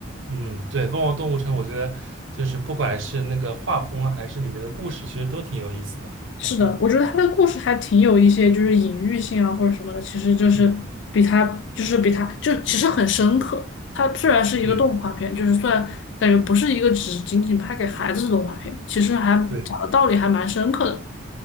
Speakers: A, on the right; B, on the left.
A: 嗯，对，《疯狂动物城》，我觉得就是不管是那个画风啊，还是里面的故事，其实都挺有意思的。
B: 是的，
A: 嗯
B: 我觉得他的故事还挺有一些就是隐喻性啊或者什么的，其实就是比他就是比他就其实很深刻。
A: 嗯，
B: 它虽然是一个动画片，
A: 对
B: 就是虽然感觉不是一个只仅仅拍给孩子的动画片，其实还讲的道理还蛮深刻的。
A: 对